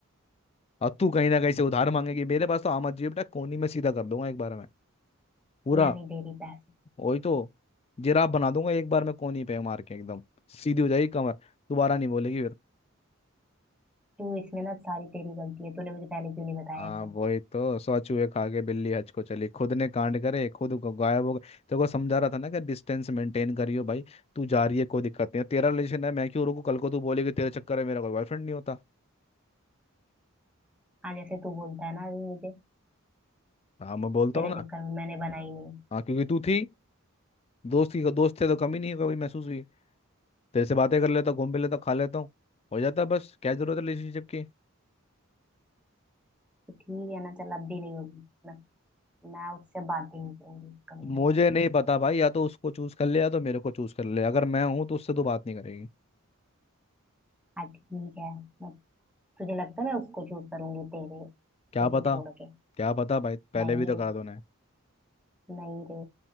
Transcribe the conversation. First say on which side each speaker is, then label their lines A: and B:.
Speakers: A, on the left; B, in the centre.
A: और तू कहीं ना कहीं से उधार मांगेगी मेरे पास तो आम आदमी बेटा कोनी में सीधा कर दूंगा एक बार में पूरा
B: मैं नहीं दे रही पैसे
A: वही तो जिराफ बना दूंगा एक बार में कोनी पे मार के एकदम सीधी हो जाएगी कमर दोबारा नहीं बोलेगी फिर
B: तू इसमें ना सारी तेरी गलती है तूने मुझे पहले क्यों नहीं बताया
A: हाँ
B: ये सब
A: वही तो सौ चूहे खा के बिल्ली हज को चली खुद ने कांड करे खुद ग- गायब हो गए तेरे को समझा रहा था ना कि डिस्टेंस मेंटेन करियो भाई तू जा रही है कोई दिक्कत नहीं है तेरा रिलेशन है मैं क्यों रोकू कल को तू बोलेगी तेरे चक्कर में मेरा कोई बॉयफ्रेंड नहीं होता
B: हाँ जैसे तू बोलता है ना अभी मुझे
A: हाँ मैं बोलता
B: तेरे
A: हूँ ना
B: चक्कर में मैंने बनाई नहीं
A: हाँ क्योंकि तू थी दोस्त की दोस्त थे तो कमी नहीं कभी महसूस हुई तेरे से बातें कर लेता हूँ घूम भी लेता हूँ खा लेता हूँ हो जाता है बस क्या जरूरत है रिलेशनशिप की
B: तो ठीक है ना चल अब भी नहीं होगी मैं मैं उससे बात ही नहीं करूंगी कभी ना
A: मुझे
B: कभी
A: नहीं पता भाई या तो उसको चूज कर ले या तो मेरे को चूज कर ले अगर मैं हूं तो उससे तो बात नहीं करेगी
B: हाँ ठीक है मैं तुझे लगता है मैं उसको चूज करूंगी तेरे
A: क्या
B: तुझे
A: पता
B: छोड़ के
A: क्या पता भाई पहले
B: नहीं
A: भी तो
B: रे
A: करा दो ना
B: नहीं रे